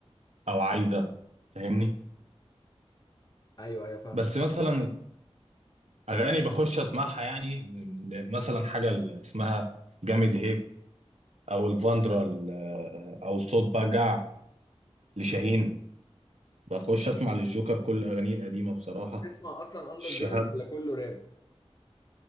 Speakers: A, on the right; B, on the left.
A: او عايده فاهمني
B: ايوه ايوه فاهمك
A: بس مثلا اغاني بخش اسمعها يعني مثلا حاجه اللي اسمها جامد هيك او الفاندرا ال- او صوت بجع لشاهين بخش اسمع للجوكر كل اغانيه القديمه بصراحه
B: بتسمع اصلا اندر
A: الشهاب
B: جراوند ولا كله راب